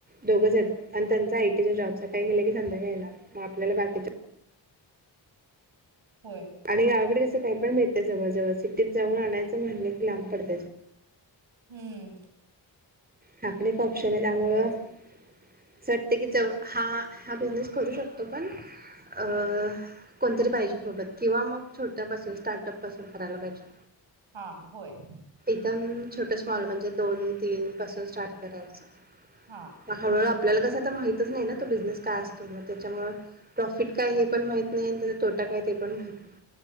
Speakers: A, on the right (about 20°); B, on the right (about 75°).
A: दोघंच आहेत आणि त्यांचा आयटीचा जॉब सकाळी गेले की संध्याकाळी येणार मग आपल्याला बाकीच्या
B: होय.
A: आणि गावाकडे कसं काही पण मिळतय जवळ जवळ असं इथं जाऊन आणायंच म्हटलं की लांब पडतं.
B: हम्म
A: हा आपले ऑप्शन आहे त्यामुळं
B: वेगळंच.
A: असं वाटतय की ज हा हा बिझनेस करू शकतो पण अ कोणतरी पाहिजे सोबत किंवा मग छोट्यापासून स्टार्टअप पासून करायला पाहिजे.
B: हा होय
A: एकदम छोटं स्मॉल म्हणजे दोन तीनपासून स्टार्ट करायच.
B: हा.
A: पहाारर <inaudible> आपल्याला कसं तर माहितच नाही ना तो बिझनेस काय असतो मग त्याच्यामुळे प्रॉफिट काय हे पण माहित नाही आणि त्याचा तोटा काय ते पण माहित नाही.